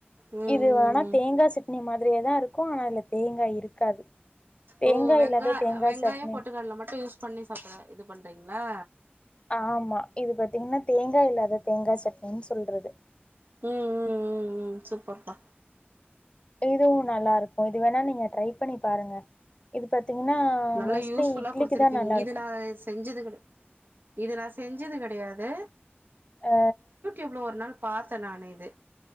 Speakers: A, on the right; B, on the left.
A: ம்
B: இது வேனா
A: ம்
B: தேங்கா சட்னி மாரியேதா இருக்குஆனா இதுல தேங்கா இருக்காது தேங்காய்
A: ஓ வெங்கா
B: இல்லாத தேங்காய்
A: வெங்காயம்
B: சட்னி
A: பொட்டுக்கடல மட்டு யூஸ் பண்ணி சாப்பிற இது பண்றீங்களா
B: ஆமா இது பாத்தீங்கன்னா தேங்கா இல்லாத தேங்கா சட்டினின்னு சொல்றது
A: ம் ம் ம் ம் சூப்பர் பா
B: இதுவு நல்லா இருக்கு இது வேணா நீங்க ட்ரை பண்ணி பாருங்க இது பாத்தீங்கன்னா,
A: நல்லா
B: மோஸ்ட்லி
A: யூஸ்புல்லா
B: இட்லிக்கு
A: குடுத்துருக்கீங்க
B: தான் நல்லாருக்கும்.
A: இது நா செஞ்சது இது நா செஞ்சது கெடயாது
B: ஆ
A: எவ்ளோ ஒரு நாள் பாத்தே நானு இது